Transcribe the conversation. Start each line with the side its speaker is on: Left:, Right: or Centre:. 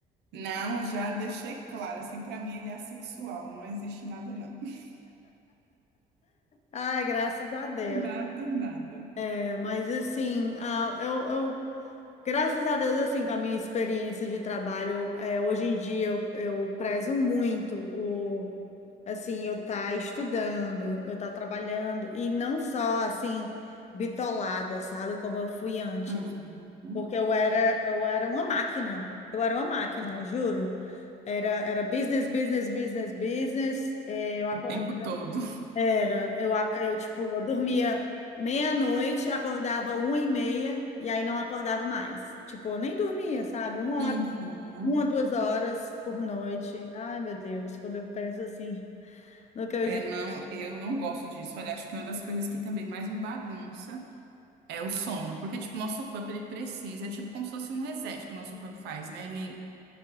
Right: Não, já deixei claro, assim, pra mim ele é assexual, não existe nada não. <laughs>
Left: Ai, graças a Deus.
Right: Nada, nada.
Left: É, mas assim, ah, eu, eu- graças a Deus, assim, com a minha experiência de trabalho, é, hoje em dia eu, eu prezo muito o, assim, eu estar estudando, eu estar trabalhando, e não só, assim, bitolada, sabe, como eu fui antes.
Right: Uhum.
Left: Porque eu era, eu era uma máquina, eu era uma máquina, juro. Era, era business, business, business, business. É, eu acordava
Right: O tempo todo.
Left: Era, eu, a- eu tipo, eu dormia meia-noite, acordava uma e meia, e aí não acordava mais. Tipo, eu nem dormia, sabe? Uma
Right: Uhum.
Left: hora, uma, duas horas por noite. Ai, meu Deus, quando eu penso assim no que eu
Right: É,
Left: já.
Right: não, eu não gosto disso. Olha, acho que uma das coisas que também mais me bagunça. É o sono, porque tipo, o nosso corpo ele precisa, é tipo como se fosse um reset que o nosso corpo faz, né? Ele